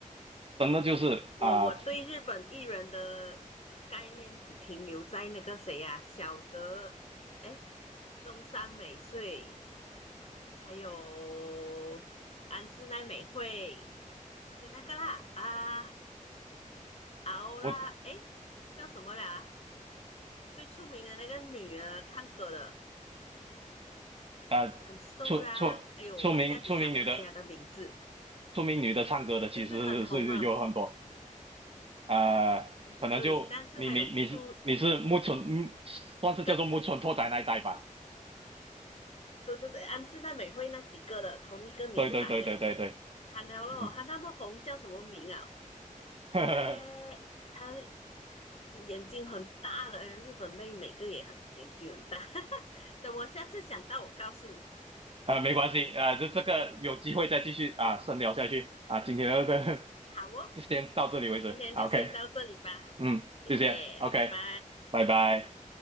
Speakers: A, on the right (about 45°); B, on the left (about 50°).
A: 真的就是啊、
B: 我我对日本艺人的概念只停留在那个谁呀、啊小泽，哎，中山美穗。还有安室奈美惠跟那个啦啊啊欧啦，
A: 我
B: 诶，叫什么啦？最出名的那个女的唱歌的，
A: 呃出出出名出名女的
B: 很瘦啦。哎呦，我一下子想不起她的名字。
A: 出名女的唱歌的其实是是有很多。
B: 对对，很红啊。
A: 呃，
B: 对对对，
A: 可能就你你你是你是木村，
B: 但是还有出
A: 嗯，算是叫做木村拓哉那一代吧。
B: 跟对对对安室奈美惠那几个的同一个年代的，
A: 对对对对对对，
B: 惨了咯，
A: 嗯，
B: 她那么红叫什么名啊？
A: <laughs> 呵呵
B: 诶，她眼睛很大的，呃日本妹每个也很眼睛很大。<laughs> 等我下次想到，我告诉你。
A: 呃，没关系，呃，就这个有机会再继续啊、深聊下去啊、今天的这个
B: <laughs> 好哦，
A: <laughs> 先到这里为止
B: 今天就先到这里吧，
A: o k 嗯，
B: 谢谢，
A: 谢谢，OK，
B: 拜拜。
A: 拜拜。